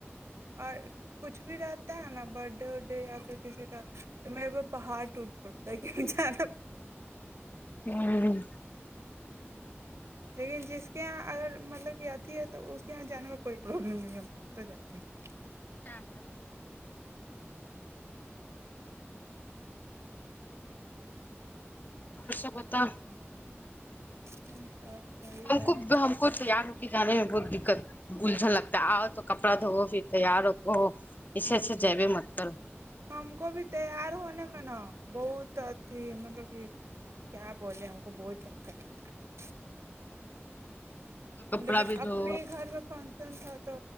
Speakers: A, on the right; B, on the left.
A: اور کچھ بھی رہتا ہے نا برتھ ڈے ور ڈے یا پھر کسیے کا میں پہاڑ ٹوٹ پڑتا ہے کیوں جانا
B: ہوں
A: لیکن جس کے یہاں اگر مطلب کہ آتی ہے تو اس کے یہاں جانے میں کوئی پرابلم نہیں ہم اتا جاتے ہیں
B: چ ہاں اوررشا پتا
A: <unintelligible>
B: ہم
A: ہے
B: کو ہم کو تیار ہو کے جے میں بہت دقت گلجھن لگتا ہے آؤ تو کپڑا دھو پھر تیار ہو اس
A: ہ
B: سے اچھا جیبیں مت کرو
A: ہم کو بھی تیار ہونے نا بہت تھی مطلب کہ کیا بولے ہم کو بہت اچھا لگتا ہے
B: کپڑا
A: لیکن
B: بھی دھو
A: اپنے ہی گھر میں فنکشن تھا تو